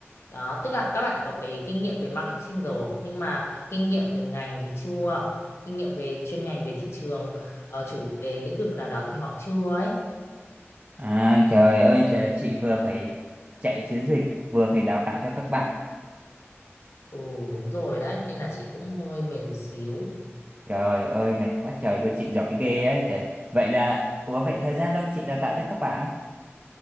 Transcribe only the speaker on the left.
Đó, tức là các bạn ý có cái kinh nghiệm về marketing rồi, nhưng mà kinh nghiệm về ngành thì chưa. Kinh nghiệm về chuyên ngành về thị trường ờ, chủ đề lĩnh vực nào đó thì họ chưa ấy.
Ừ, đúng rồi đấy, nên là chị cũng hơi mệt một xíu.